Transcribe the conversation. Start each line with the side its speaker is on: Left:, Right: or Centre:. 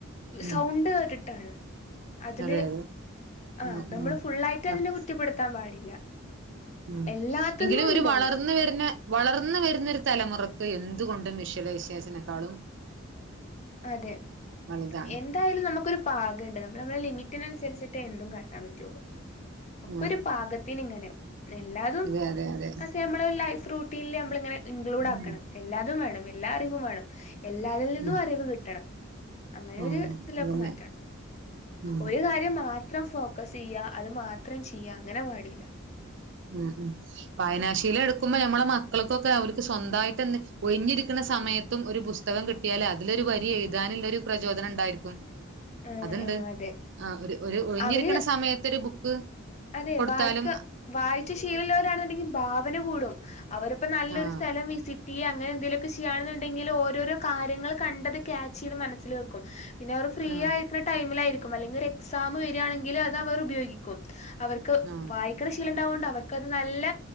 Right: ഉം
Left: സൗണ്ട് കേട്ട്ട്ടാണ് അതില്
Right: അതെ അതെ
Left: ആ
Right: ഉം
Left: അപ്പൊ നമ്മള്
Right: ഉം
Left: ഫുള്ളായിട്ട്
Right: അപ്
Left: അതിനെ കുറ്റപ്പെടുത്താൻ പാടില്ല
Right: ഉം
Left: എല്ലാത്തിന്നും
Right: എങ്കിലും ഒരു
Left: ഉണ്ട്
Right: വളർന്ന് വരുന്നേ വളർന്ന് വരുന്നൊരു തലമുറക്ക് എന്തുകൊണ്ടും വിശ്വലയ്സേഷനെക്കാളും
Left: അതെ
Right: വലുതാണ്
Left: എ ന്തായാലും നമക്കൊരു പാകണ്ട് നമ്മള് നമ്മുളെ ലിമിറ്റിനനുസരിച് എന്തും കാട്ടാൻ പറ്റൊള്ളൂ ഒക്കെ
Right: ഉം
Left: ഒരു പാകത്തിന് ഇങ്ങനെ എല്ലാതും
Right: അതെ അതെ അതെ
Left: പക്ഷെ നമ്മള ലൈഫ് റൂട്ടീനിൽ ഞമ്മള് ഇങ്ങനെ ഇൻക്ലൂഡ്
Right: ഉം
Left: ആക്കണം എല്ലാതും വേണം എല്ലാ അറിവും വേണം എല്ലാതിൽ നിന്നും
Right: ഉം
Left: അറിവ് കിട്ടണം അങ്ങനെ
Right: ഉം
Left: ഒരു ഇതിലൊക്കെ
Right: അതന്നെ
Left: മാറ്റാണ്
Right: ഉം
Left: ഒരു കാര്യ അത് മാത്രം ഫോക്കസ് ചെയ്യ അത് മാത്രം ചെയ്യ അങ്ങനെ പാടില്ല
Right: ഉം ഉം വായനാശിയില എടുക്കുമ്പോ മ്മളെ മക്കൾക്കൊക്കെ അവർക്ക് സ്വന്തമായിട്ട് എ ഒഴിഞ്ഞിരിക്കുന്ന സമയത്തും ഒരു പുസ് സ്തകം കിട്ടിയാല് അതിലൊരു വരി എഴുതാനുള്ളരു പ്രചോദനം ണ്ടായിരിക്കും
Left: ആഹ്
Right: അതുണ്ട്
Left: ആഹ് അതെ
Right: ആ ഒരു ഒരു ഒഴിഞ്ഞിരിക്കണ
Left: അവര്
Right: സമയത്ത ഒരു ബുക്ക്
Left: അതെ
Right: കൊടുത്താലും
Left: വായിക്ക വായിച് ശീലള്ളവരാണുണ്ടെങ്കിൽ ഭാവന കൂടും അവരപ്പ നല്ലൊരു
Right: ആഹ്
Left: സ്ഥലം വിസി അങ്ങനെ എന്തെലുമൊക്കെ ചെയ്യുകയാെന്നുണ്ടെങ്കിൽ ഓരോരോ കാര്യങ്ങൾ കണ്ടത് ക്യാച്ച് ചെയ്ത് മനസ്സിൽ വെക്കും പിന്നെ അവർ ഫ്രീ
Right: ആഹ്
Left: ആയിരിക്കുന്ന ടൈമിലായിരിക്കും അല്ലെങ്കിൽ ഒരു എക്സാം വരിയാണെങ്കിൽ അത് അവർ ഉപയോഗിക്കും അവർക്ക്
Right: ആഹ്
Left: വായി ണശീലം ഉണ്ടാവുകൊണ്ട് അവർക്ക്ത് നല്ല